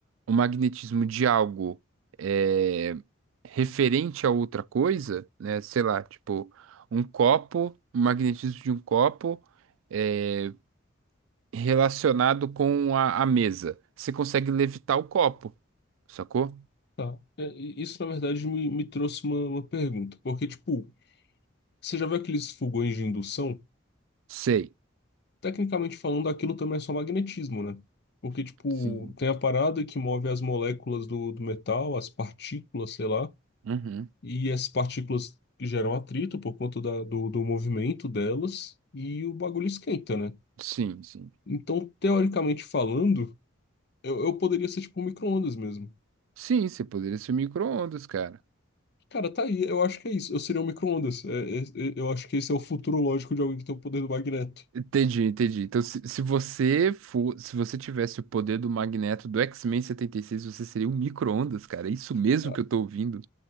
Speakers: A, on the right; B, on the left.
A: o magnetismo de algo é, referente a outra coisa, né? Sei lá, tipo, um copo, o magnetismo de um copo é, relacionado com a, a mesa. Você consegue levitar o copo, sacou?
B: Tá. É, e isso, na verdade, me, me trouxe uma, uma pergunta. Porque, tipo, você já viu aqueles fogões de indução?
A: Sei.
B: Tecnicamente falando, aquilo também é só magnetismo, né? Porque, tipo,
A: Sim.
B: tem a parada que move as moléculas do, do metal, as partículas, sei lá.
A: Uhum.
B: e as partículas que geram atrito por conta da- do, do movimento delas, e o bagulho esquenta, né?
A: Sim, sim.
B: Então, teoricamente falando, eu, eu poderia ser tipo um micro-ondas mesmo.
A: Sim, você poderia ser micro-ondas, cara.
B: Cara, tá aí, eu acho que é isso. Eu seria um micro-ondas. É- é- é- eu acho que esse é o futuro lógico de alguém que tem o poder do magneto.
A: Entendi, entendi. Então, se, se você for, se você tivesse o poder do Magneto do X-Men setenta e seis você seria um micro-ondas, cara. É isso mesmo
B: <laughs>
A: que eu tô ouvindo.